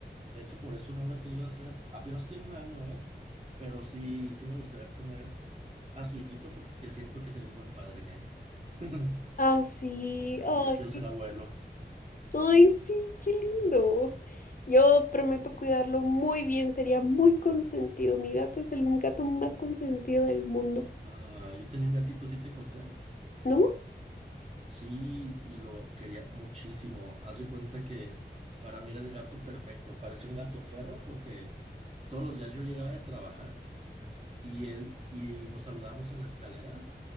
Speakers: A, on the right; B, on the left.
A: De hecho, por eso no lo he querido hacer. Apenas tiene un año, ¿eh? Pero sí, sí me gustaría tener a su hijito porque siento que sería un buen padre, ñaña. <laughs>
B: Así, ay,
A: Y yo quiero ser abuelo.
B: ay, sí, qué lindo. Yo prometo cuidarlo muy bien, sería muy consentido. Mi gato es el gato más consentido del mundo,
A: Ah, yo tenía un gatito, ¿sí te conté?
B: ¿no?
A: Sí, y lo quería muchísimo. Haz de cuenta que para mí era el gato perfecto. Parecía un gato perro porque todos los días yo llegaba de trabajar y él y nos saludamos en la escalera,